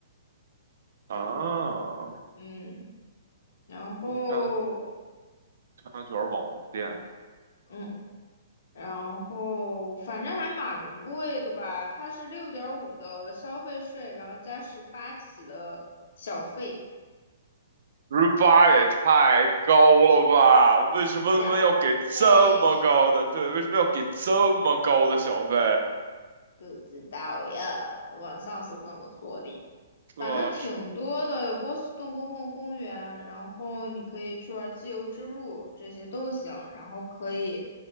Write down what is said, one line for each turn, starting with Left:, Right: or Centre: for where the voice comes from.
Right: 啊，
Left: 嗯，然后
Right: 龙虾。商圈网红店，
Left: 嗯，然后反正还蛮贵的吧？它是六点五的消费税，然后加十八起的小费，
Right: 十八也太高了吧？为什么他们要给这么高的？
Left: 小费。
Right: 对，为什么要给这么高的小费？
Left: 不知道呀，网上是这么说的，
Right: 对啊，
Left: 反正挺多的，有波士顿公共公园，然后你可以去玩自由之路，这些都行。然后可以，